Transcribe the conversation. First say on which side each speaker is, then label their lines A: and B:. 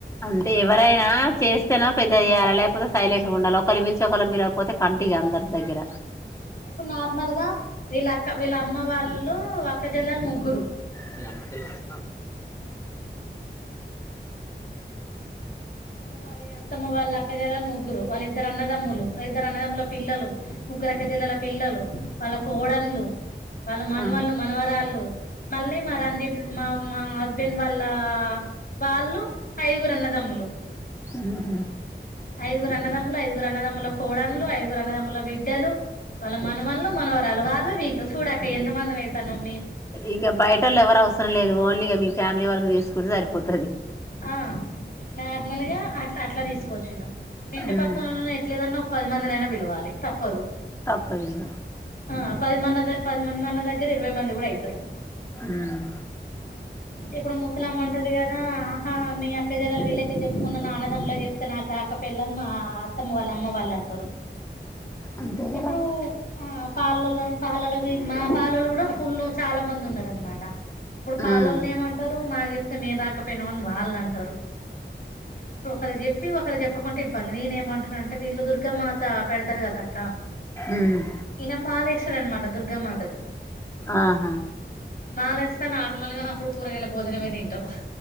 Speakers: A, on the left; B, on the left.
A: అంతే ఎవరైనా చేస్తేనొ పెద్దగ చేయాల లేకపోతే సైలెట్గా ఉండాల ఒకలని పిలిచి ఒకలని పిలవకపోతే కంట్ ఇగా అందరి దగ్గర
B: ఆ ఇప్పుడు నార్మల్గ వీళ్ళ అక్క వీళ్ళ అమ్మ వాళ్ళు అక్కజేల్లలు ముగ్గురు
A: మీ అమ్మ సే హమ్
B: అమ్మ వాళ్లు అత్తమ్మ వాళ్ళ పిల్లగల్ ముగ్గురు వాళ్ళద్దరు ఇద్దరు అన్నదమ్ములు ఇద్దరు అన్నదమ్ముల పిల్లలు ముగ్గురు అక్కజేల్లల పిల్లలు వాళ్ళ కోడన్లు వాళ్ళు మనవళ్ళు
A: అమ్మో
B: మనవరాళ్ళు మళ్ళీ మా రంజిత్ మా మా హస్బెండ్ వాళ్ళ వాళ్ళు ఐదుగురు అన్నదమ్ములు
A: ఉహు
B: ఐదుగురు అన్నదమ్ములు ఐదుగురు అన్నదమ్ముల కోడండ్లు ఐగురు అన్నదమ్ముల బిడ్డలు వాళ్ళ మనవళ్లు మనవరాలు వాళ్ళు వీళ్ళు చూడ అక్క ఎంత మందిం ఐతన్నం
A: ఇక బయటోల్ ఎవరు అవసరం లేదు ఇగ మీ ఫ్యామిలీ వరకు చేసుకుంటే సరిపోతు
B: ఆ నార్మల్ గా అట్ల అట్లా తీసుకోవచ్చినం ఇప్పుడు ఇంటి
A: ఉమ్
B: పక్కన ఎట్లేదన్న పది మందినైనా పిలవాలి తప్పదు
A: తప్పద్ ఇగ
B: ఆ పదిమనద పదిమ మన దగ్ ఇరవై మంది కూడా అయితారు
A: ఉమ్
B: ఇప్పుడు ముసలమ్మ ఉంటది కదా ఆహా మీ అక్కజేలలు వీళ్ళకే చెప్పుకున్నాను నా అనదములకు చెప్తే నాకు రాకపొళ్ళని మా అత్తమ్మ వాళ్ళు అమ్మ వాళ్ళు అంటారు
A: అంతే కదా
B: ఇప్పుడు ఆ పాలలో పాలలు మా పాలలు కూడా ఫుల్ చాలా మంది ఉన్నారు అక్క క ఇప్పుడు పాలల్లో
A: ఉమ్
B: ఏమంటారు మాకు చెప్తే మేరాకా వాళ్ళ అంటరు ఇప్పుడు ఒకలక్ చెప్పి ఒకలకు చెప్పకుంటడ ఇబ్బంది నేను ఏమంటున్నా అంటే వీళ్ళు దుర్గా మాత పెడతరు కద అక్కా
A: ఉమ్
B: ఇన మాలా వేసడు అనమాట దుర్గ మాతకు
A: ఆహా
B: మాల ఇస్తే నార్మల్ గా అప్పుడు కూరగాయల భోజనంమే తింటవ్